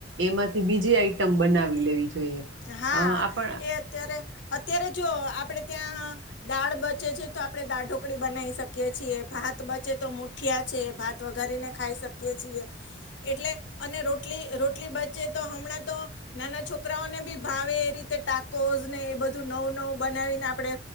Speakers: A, on the right; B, on the left.
A: એમાંથી બીજી આઈટમ બનાવી લેવી જોઈએ.
B: હા
A: અ આપણ
B: એ અત્યારે અત્યારે જો આપણેે ત્યાં દાળ બચે છે તો આપડણે દાળ ઢોકળી બનાવી શકીય છીએ ભાત બચે તો મો ગઠિયા છે ભાત વગારીને ખાઈ શકીએ છીએ. એટલે અને રોટલી રોટલી બચે તો હમણાં તો નાના છોકરાઓને બી ભાવે એ રીતે ટાકોઝ ને એ બધું નવું નવું બનાવીને આપણે